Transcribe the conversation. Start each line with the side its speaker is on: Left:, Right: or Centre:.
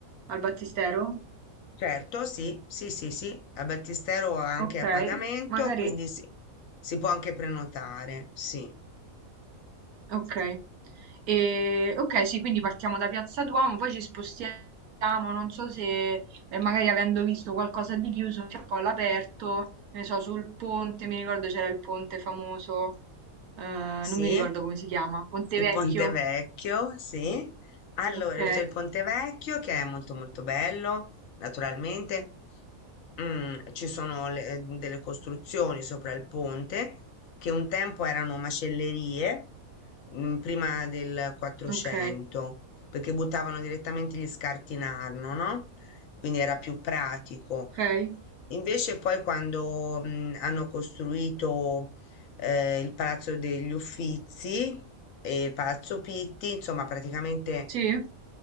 Right: al battistero?
Left: Certo, sì, sì, sì, sì, al Battistero anche
Right: Ok,
Left: a pagamento,
Right: magari.
Left: quindi si si può anche prenotare, sì,
Right: Ok, E- ok, sì, quindi partiamo da Piazza Duomo, poi ci spostiamo, non so se eh, magari avendo visto qualcosa di chiuso, c'è un po' all'aperto, ne so, sul ponte, mi ricordo c'era il ponte famoso, eh, non
Left: sì.
Right: mi ricordo come si chiama, Ponte
Left: Il
Right: Vecchio,
Left: Ponte Vecchio, sì. Allora,
Right: ok,
Left: c'è il Ponte Vecchio che è molto molto bello, naturalmente. Mm, ci sono le- delle costruzioni sopra il ponte che un tempo erano macellerie, mm, prima del 400,
Right: ok,
Left: perché buttavano direttamente gli scarti in Arno, no? Quindi era più pratico.
Right: ok,
Left: Invece poi quando mm, hanno costruito eh, il Palazzo degli Uffizi e il Palazzo Pitti, insomma, praticamente
Right: sì,